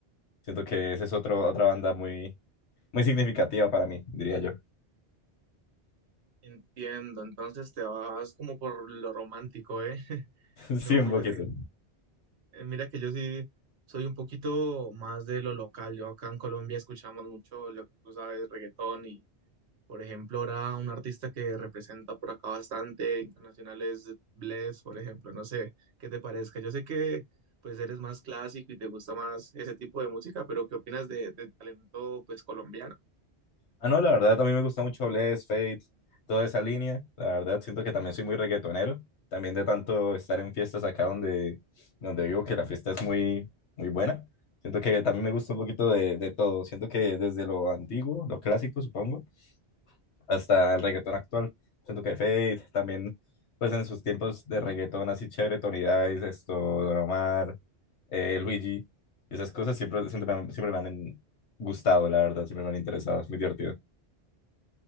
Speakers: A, on the left; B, on the right.
A: Siento que esa es otro, otra banda muy, muy significativa para mí, diría yo.
B: Entiendo, entonces te vas como por lo romántico, ¿eh? <laughs>
A: <laughs> Sí,
B: No,
A: un
B: mira
A: poquito.
B: Eh, Mira que yo sí soy un poquito más de lo local. Yo acá en Colombia escuchamos mucho lo que tú sabes, reggaetón y, por ejemplo, ahora un artista que representa por acá bastante internacional es Bless, por ejemplo. No sé qué te parezca. Yo sé que pues eres más clásico y te gusta más ese tipo de música, pero ¿qué opinas de, de talento pues colombiano?
A: Ah, no, la verdad, también me gusta mucho Bless, Fate, toda esa línea. La verdad, siento que también soy muy reggaetonero. También de tanto estar en fiestas acá donde, donde vivo, que la fiesta es muy, muy buena. Siento que también me gusta un poquito de, de todo. Siento que desde lo antiguo, lo clásico, supongo, hasta el reggaetón actual. Siento que Fate también, pues en sus tiempos de reggaetón así chévere, Tony Dice, esto, Don Omar, eh, Luigi, esas cosas siempre, siempre, me han- siempre me han gustado, la verdad, siempre me han interesado. Es muy divertido.